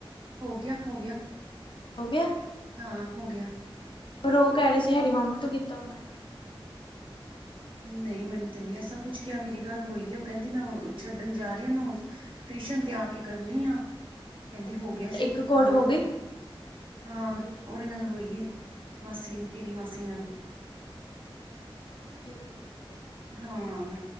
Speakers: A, on the right; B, on the left.
A: ਹੋ ਗਿਆ ਹੋ ਗਿਆ
B: ਹੋ ਗਿਆ
A: ਹਾਂ ਹੋ ਗਿਆ
B: ਬਰੋ ਕਹਿ ਰਹੇ ਸੀ ਹਰੀ ਮਾਮਾ ਤੋਂ ਕੀਤਾ ਉਹਨਾਂ ਨੇ
A: ਨਹੀਂ ਮੈਨੂੰ ਤੇ ਨਹੀਂ ਐਸਾ ਕੁੱਛ ਕਿਹਾ ਮੇਰੀ ਗੱਲ ਹੋਈ ਹੈ ਉਹ ਕਹਿੰਦੀ ਮੈਂ ਉਹ ਛੱਡਣ ਜਾ ਰਹੀ ਆ ਉਹਨੂੰ ਟਿਊਸ਼ਨ ਤੇ ਆ ਕੇ ਕਰਨੀ ਆ। ਕਹਿੰਦੀ
B: ਅੱਛਾ
A: ਹੋ ਗਿਆ
B: ਅੱਛਾ
A: ਸ਼ੁਰੂ
B: ਇੱਕ ਕੋਲ
A: ਹਾਂ,
B: ਹੋ ਗਈ
A: ਹਾਂ
B: ਠੀਕ ਹੈ
A: ਉਹਦੇ
B: ਠੀਕ
A: ਨਾਲ
B: ਹੈ
A: ਹੋਈ ਏ। ਮਾਸੀ ਤੇਰੀ ਮਾਸੀ ਨਾਲ
B: ਠੀਕ ਹੈ ਠੀਕ ਹੈ।
A: ਹਾਂ,